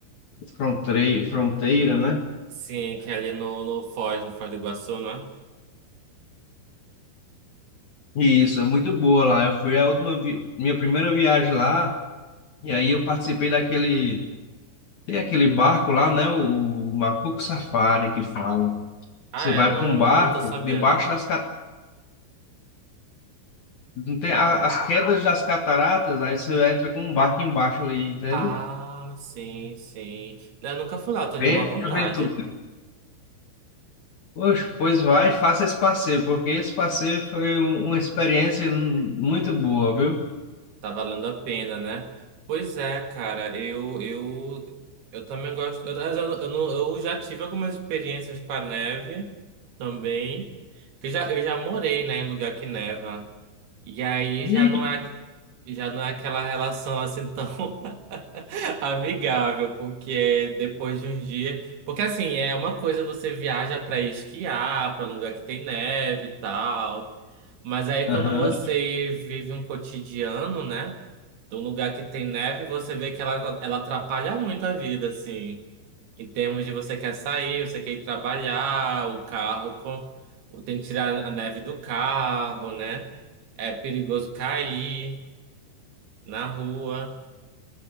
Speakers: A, on the left; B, on the right.
A: fronteira, fronteira, né?
B: Sim, que é ali no, no Foz, no Foz do Iguaçu, não é?
A: Isso, é muito boa lá. Eu fui a última vi- minha primeira viagem lá, e aí eu participei daquele, tem aquele barco lá, né, o, o Macuco Safari que fala.
B: Ah,
A: Você
B: é?
A: vai
B: Não,
A: para um barco
B: não tô sabendo.
A: debaixo das cat- não tem a- as quedas das cataratas, aí você entra com um barco embaixo ali, entende?
B: Ah, sim, sim. Eu nunca fui lá, tô em
A: Bem
B: uma vontade.
A: aventura. Poxa, pois vai, faça esse passeio, porque esse passeio foi um- uma experiência muito boa, viu?
B: Tá valendo a pena, né? Pois é, cara, eu, eu, eu também gosto. Eu, eu, eu, não- eu já tive algumas experiências com a neve também. Que eu já, eu já morei, né, em lugar que neva. E aí
A: E,
B: já não é, já não é aquela relação assim tão. <laughs> Amigável, porque é depois de uns dias. Porque assim, é uma coisa você viaja pra esquiar, pra lugar que tem neve e tal. Mas aí
A: aham.
B: quando você vive um cotidiano, né? De um lugar que tem neve, você vê que ela, ela atrapalha muito a vida, assim. Em termos de você quer sair, você quer ir trabalhar, o carro com... tem que tirar a neve do carro, né? É perigoso cair na rua.